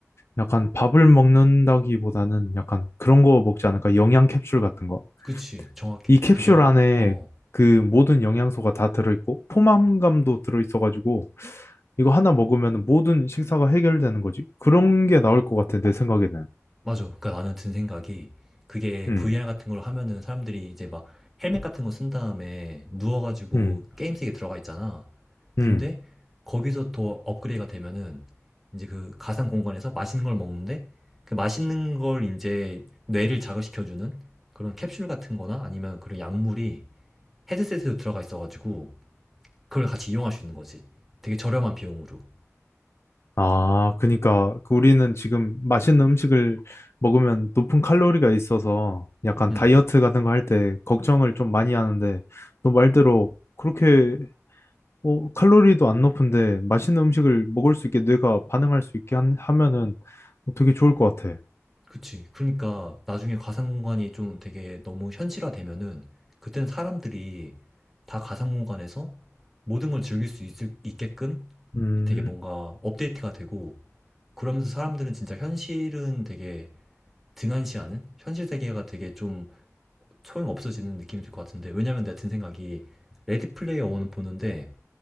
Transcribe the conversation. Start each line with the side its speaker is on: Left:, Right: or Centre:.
Left: 약간 밥을 먹는다기보다는 약간 그런 거 먹지 않을까? 영양 캡슐 같은 거.
Centre: 그치. 정확해.
Left: 이 캡슐
Centre: 그게 어, 어,
Left: 안에
Centre: 어.
Left: 그 모든 영양소가 다 들어있고 포만감도 들어있어가지고 이거 하나 먹으면 모든 식사가 해결되는 거지. 그런 게 나올 것 같아, 내 생각에는.
Centre: 맞아. 그러니까 나는 든 생각이 그게
Left: 음,
Centre: VR 같은 걸로 하면은 사람들이 이제 막 헬멧 같은 거 쓴 다음에 누워가지고
Left: 음,
Centre: 게임 세계 들어가 있잖아. 근데
Left: 음.
Centre: 거기서 더 업그레이드가 되면은 이제 그 가상 공간에서 맛있는 걸 먹는데 그 맛있는 걸 이제 뇌를 자극시켜주는 그런 캡슐 같은 거나 아니면 그런 약물이 헤드셋에도 들어가 있어가지고 그걸 같이 이용할 수 있는 거지. 되게 저렴한 비용으로.
Left: 아, 그니까 우리는 지금 맛있는 음식을 먹으면 높은 칼로리가 있어서 약간
Centre: 음.
Left: 다이어트 같은 거 할 때 걱정을 좀 많이 하는데 너 말대로 그렇게 어, 칼로리도 안 높은데 맛있는 음식을 먹을 수 있게 뇌가 반응할 수 있게 한- 하면은 어, 되게 좋을 것 같아.
Centre: 그치. 그러니까 나중에 가상공간이 좀 되게 너무 현실화되면은 그때는 사람들이 다 가상공간에서 모든 걸 즐길 수 있을, 있게끔
Left: 음,
Centre: 되게 뭔가 업데이트가 되고 그러면서 사람들은 진짜 현실은 되게 등한시하는 현실 세계가 되게 좀 소용없어지는 느낌이 들 것 같은데 왜냐면 내가 든 생각이 레드 플레이어 원은 보는데